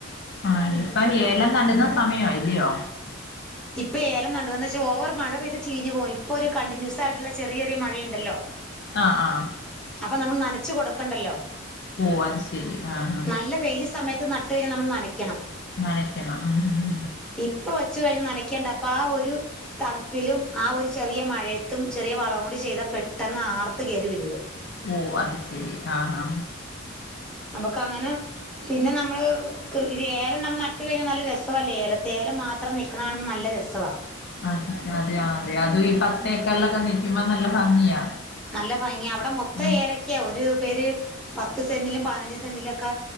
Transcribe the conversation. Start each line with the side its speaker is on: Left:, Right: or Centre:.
Left: ആ ഇപ്പ ഏലം നടുന്ന സമയായി ല്ലിയോ
Centre: ഇപ്പ ഏലം നടുവാന്നച്ച ഓവർ മഴ പെയ്ത് ചീഞ്ഞ് പോയി. ഇപ്പൊരു കണ്ടിന്യൂസായിട്ടുള്ള ചെറിയറിയെ മഴയുണ്ടല്ലോ.
Left: ആ ആ
Centre: അപ്പം നമ്മള് നനച്ച് കൊടുക്കണ്ടല്ലോ.
Left: ഓ അത് ശരി ആ ആ
Centre: നല്ല വെയിൽ സമയത്ത് നട്ട് കഴിഞ്ഞാ നമ്മള് നനക്ക്യണം.
Left: നനക്കണം. ഉം ഉം
Centre: ഇപ്പൊ വെച്ച് കഴിഞ്ഞ നനക്ക്യേണ്ട. അപ്പ ആ ഒരു തണുപ്പിലും ആ ഒരു ചെറിയ മഴയത്തും ചെറിയ വളം കൂടി ചെയ്താ പെട്ടെന്ന് ആർത്ത് കയറി വരുത്.
Left: ഓ അത് ശരി ആ ഹാ
Centre: നമുക്ക് അങ്ങനെ പിന്നെ നമ്മള് ക്ക് ഇത് ഏലം നമ്മൾ നട്ട് കഴിഞ്ഞാ നല്ല രസോല്ലേ. ഏല തേലം മാ ത്രം നിക്ക്ണ കാണുമ്പ നല്ല രസ്സവാ
Left: അത് അതെ ആ അതെ അതു ഒര് ഈ പത്തേക്കർലൊക്ക നിക്കുമ്പം നല്ല ഭംഗിയാ.
Centre: നല്ല ഭംഗിയാ അവടെ മൊത്തം
Left: ഉം
Centre: ഏലക്കെയാ. ഒരു പേര് പത്ത് സെന്റിലും പതിനഞ്ച് സെന്റിലൊക്ക